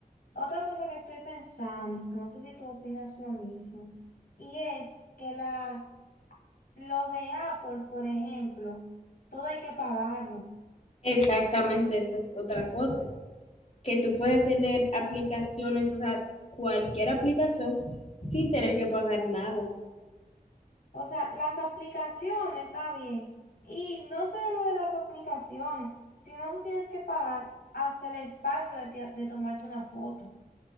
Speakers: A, on the left; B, on the left.
A: otra cosa que estoy pensando, que no sé si tú opinas lo mismo, y es que la... Lo de Apple, por ejemplo, todo hay que pagarlo.
B: Exactamente, esa es otra cosa, que tú puedes tener aplicaciones, o sea, cualquier aplicación sin tener que pagar nada.
A: O sea, las aplicaciones está bien. Y no solo lo de las aplicaciones, sino tú tienes que pagar hasta el espacio de, ti- de tomarte una foto.